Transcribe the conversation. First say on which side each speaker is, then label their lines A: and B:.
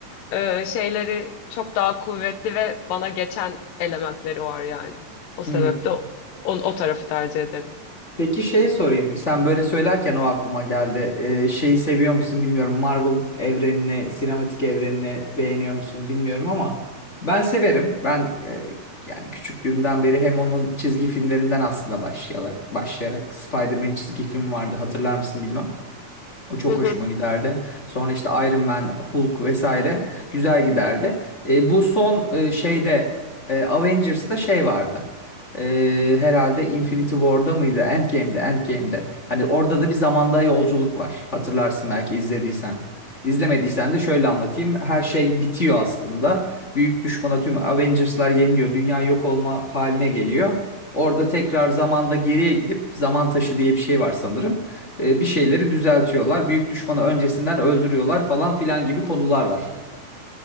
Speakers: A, on the left (about 80°); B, on the left (about 40°).
A: e, şeyleri çok daha kuvvetli ve bana geçen elementleri var yani. O sebeple
B: Hı.
A: o, on- o tarafı tercih ederim.
B: Peki şey sorayım. Sen böyle söylerken o aklıma geldi. Ee, şeyi seviyor musun bilmiyorum. Marvel evrenini, sinematik evrenini beğeniyor musun bilmiyorum ama ben severim. Ben e, yani küçüklüğümden beri hem onun çizgi filmlerinden aslında başlayarak, başlayarak Spider-Man çizgi filmi vardı hatırlar mısın bilmem. O çok
A: Hı hı,
B: hoşuma giderdi. Sonra işte Iron Man, Hulk vesaire güzel giderdi. E, bu son e, şeyde e, Avengers'ta şey vardı. E, herhalde Infinity War'da mıydı? Endgame'de, Endgame'de. Hani orada da bir zamanda yolculuk var. Hatırlarsın belki izlediysen. İzlemediysen de şöyle anlatayım. Her şey bitiyor aslında. Büyük düşmana tüm Avengers'lar yeniliyor. Dünya yok olma haline geliyor. Orada tekrar zamanda geriye gidip zaman taşı diye bir şey var sanırım. E, bir şeyleri düzeltiyorlar. Büyük düşmanı öncesinden öldürüyorlar falan filan gibi konular var.